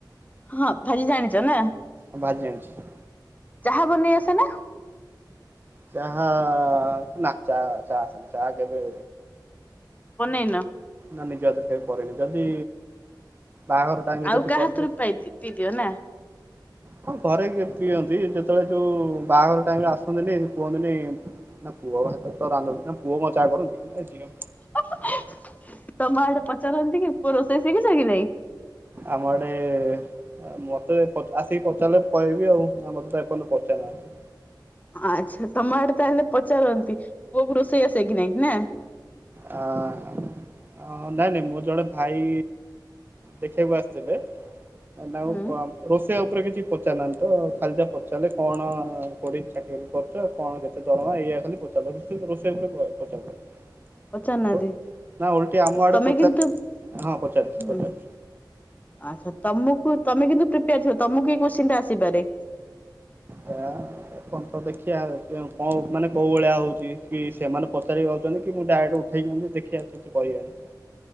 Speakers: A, on the left; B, on the right.
A: ହଁ ଭାଲି ଜାଣିଛ ନା?
B: ହଁ ଭାଜି ଜାଣିଛି।
A: ଚାହା ବନେଇ ଆସେ ନା?
B: ଚାହା ନା ଚା ଚା ଚା ଆସେନି ଚା କେବେ
A: ବନେଇନ
B: ନା ନିଜ ହାତରେ କେବେ କରେନି ଯଦି ବାହାଘର ଟାଇମରେ
A: ଆଉ
B: ଯଦି
A: କାହା
B: କହିବେ
A: ହାତରୁ ପାଇ ପିଇ ଦିଅ ନା।
B: ହଁ ଘରେ ପିଅନ୍ତି ଯେତେବେଳେ ଯୋଉ ବାହାଘର ଟାଇମ୍ ରେ ଆସନ୍ତିନି କୁହନ୍ତିନି ନା ପୁଅ ହାତରୁ ତ ରାନ୍ଧନ୍ତିନା ପୁଅ କଣ ଚା କରନ୍ତି। ଏ ଝିଅ
A: ହା ହା ତମ ଆଡେ ପଚାରନ୍ତି କି ପୁଅ ରୋଷେଇ ଶିଖିଛ କି ନାଇଁ?
B: ଆମ ଆଡେ ଆ ମତେ ପ ଆସିକି ପଚାରିଲେ କହିବି ଆଉ ଆ ମତେ ତ ଏପନ୍ତ ପଚାରି ନାହାନ୍ତି।
A: ଆଛା ତମ ଆଡେ ତାହେଲେ ପଚାରନ୍ତି ପୁଅକୁ ରୋଷେଇଆସେ କିି ନାହିଁ ନା?
B: ଆ ଆଁ ନାଇଁ ନାଇଁ ମୁଁ ଜଣେ ଭାଇ ଦେଖିବାକୁ ଆସିଥିଲେ ନା
A: ହୁଁ
B: ପମ୍ ରୋଷେଇ ଉପରେ କିଛି ପଚାରି ନାହାନ୍ତି ତ ଖାଲି ଯା ପଚାରିଲେ କଣ ପଡି ଚାକିରି କରୁଚ କଣ କେତେ ଦରମା ଏଇଆ ଖାଲି ପଚାରିଲେ ରୋଷେଇ ଉପରେ ପ ପଚାରିଲେନି।
A: ପଚାରୁନାହାନ୍ତି
B: ନା ଓଲଟି ଆମ ଆଡ଼ୁ
A: ତମେ
B: ପଚାରିଲୁ।
A: କିନ୍ତୁ ହୁଁ ଆଚ୍ଛା ତମକୁ ତମେ କିନ୍ତୁ ପ୍ରିପେୟାର ଥିବ ତମକୁ ଏଇ କୋସ୍ଚିନ ଆସିପାରେ।
B: ଯା ଏପନ୍ତ ଦେଖିଆ କେ କଁ କଣ ମାନେ କୋଉ ଭଳିଆ ହୋଉଛି କି ସେମାନେ ପଚାରି ଭାବୁଚନ୍ତି କି ମୁଁ ଡାଇରେକ୍ଟ ଉତ୍ତ ଉଠେଇ ଦିଅନ୍ତୁ ଦେଖିଆ କିଛି କହିବାନି।